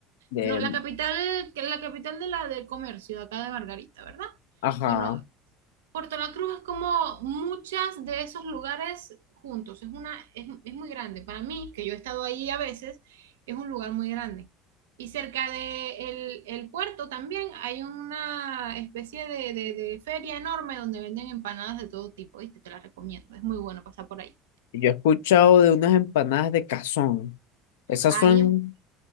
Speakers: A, on the left; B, on the right.
A: De,
B: no, la capital, que la capital de la del comercio, de acá de Margarita, ¿verdad?
A: ajá.
B: Bueno, Puerto La Cruz es como muchas de esos lugares juntos. Es una, es, es muy grande. Para mí, que yo he estado ahí a veces, es un lugar muy grande. Y cerca de el, el puerto también hay una especie de, de- de feria enorme donde venden empanadas de todo tipo. ¿Viste? Te las recomiendo. Es muy bueno pasar por ahí.
A: Yo he escuchado de unas empanadas de cazón. Esas
B: Ahí
A: son,
B: en-